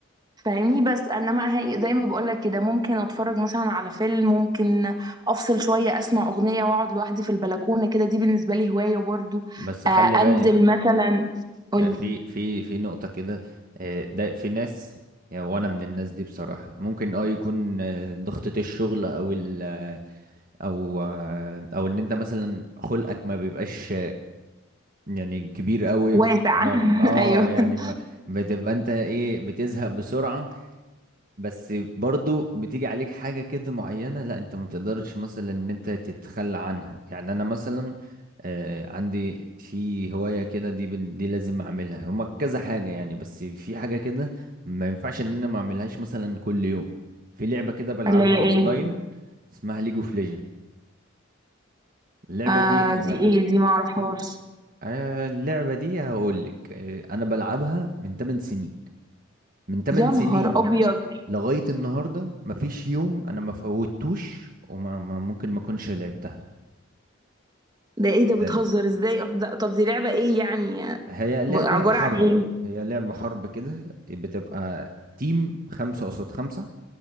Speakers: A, on the right (about 20°); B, on the right (about 45°).
A: فاهمني بس انما هي- زي ما بقولك كده ممكن اتفرج مثلا على فيلم ممكن افصل شويه اسمع اغنيه واقعد لوحدي في البلكونه كده دي بالنسبه لي هوايه برضو
B: بس
A: آه،
B: خلي
A: انزل
B: بالك
A: مثلا قولي
B: آه، في في في نقطة كده آه، ده في ناس آه، وانا من الناس دي بصراحة ممكن اه يكون آه، ضغطة الشغل او ال او او ان انت مثلا خلقك ما بيبقاش يعني كبير قوي
A: واسع
B: ما اه
A: <laughs>
B: يعني
A: ايوه
B: ما بتبقى انت ايه بتزهق بسرعة بس برضو بتيجي عليك حاجة كده معينة لا انت ما تقدرش مثلا ان انت تتخلى عنها يعني انا مثلا آه عندي في هواية كده دي بال- دي لازم اعملها هما كذا حاجة يعني بس في حاجة كده ما ينفعش ان انا ما اعملهاش مثلا كل يوم في لعبة كده بلعبها
A: اللي هي
B: اونلاين
A: ايه
B: اسمها ليج اوف ليجند اللعبة
A: آه
B: دي أنا
A: دي
B: بل...
A: ايه دي معرفهاش
B: آه، اللعبة دي هقول لك آه، أنا بلعبها من 8 سنين من 8
A: يا
B: سنين
A: نهار ابيض
B: لغاية النهاردة مفيش يوم أنا ما فوتوش وما ما- ممكن ما أكونش لعبتها
A: ده ايه ده بتهزر
B: ده-
A: ازاي ده طب دي لعبة ايه يعني
B: هي لعبة
A: ب- عبارة
B: حرب
A: عن ايه
B: هي لعبة حرب كده بتبقى تيم خمسة قصاد خمسة